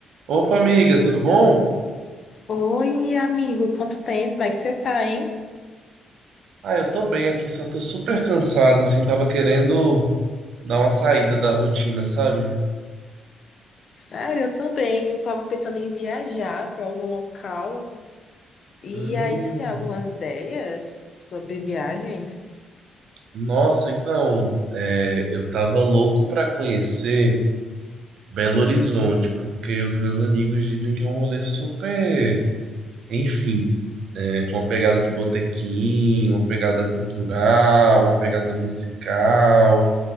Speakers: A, on the right; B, on the left.
A: Opa, amiga, tudo bom?
B: Oi, amigo, quanto tempo? Como é que você tá, hein?
A: Ah, eu tô bem aqui, só tô super cansado, assim, tava querendo dar uma saída da rotina, sabe?
B: Sério, eu também. Eu tava pensando em viajar para algum local. E
A: Hum,
B: aí, você tem algumas ideias sobre viagens?
A: nossa, então, é, eu tava louco pra conhecer Belo Horizonte, porque os meus amigos dizem que é um rolê super, enfim, né, com uma pegada de botequim, uma pegada cultural, uma pegada musical,